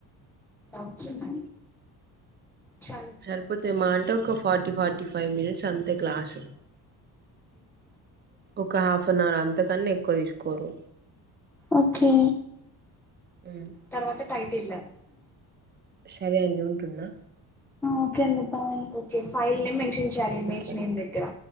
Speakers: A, in the centre; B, on the right.
A: వచ్చిందం చర
B: సరిపోతే మాహ అంటే ఒక ఫార్టీ ఫార్టీ ఫైవ్ మినిట్స్ అంతే క్లాస్ ఒక హాఫ్ అన్ అవర్ అంతకన్నా ఎక్కువ తీసుకోరు
A: ఓకే
B: హ్
A: తర్వాత టైటీళ్ళు
B: సరే అండి ఉంటున్నా
A: ఓకే అండి bye okay file name mention చేయాలి. ఇమేజ్
B: ఓకే అండి
A: నేమ్ దగ్గర